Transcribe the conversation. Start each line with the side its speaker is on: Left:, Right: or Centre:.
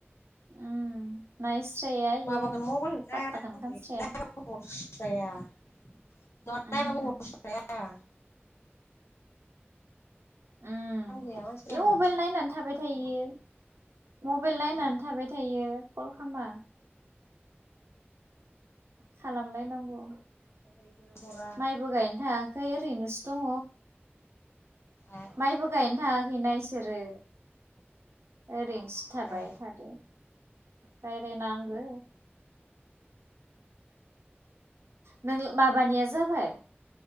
Right: उम। नायस्राया इयो
Left: माबाखौनो मबाइलखौनो
Right: पाटटाखोनो
Left: नायादां
Right: खामस्राया।
Left: हरस्राया <unintelligible>
Right: उमहो उम
Left: दाम गैया मानसिफ्रानो
Right: इ मबाइल नायनानै थाबाय थायो मबाइल नायनानै थाबाय थायो कल खामा। खालामलायनांगौ
Left: बिसोरो हरा
Right: माइबो गायनो थाङा खै ओरैनोसो दङ
Left: ए
Right: माइबो गायनो थाङाखैना इसोरो। ओरैनोसो थाबाय
Left: ए
Right: थादो रायरायनांगो। नों माबानिया जाबाय?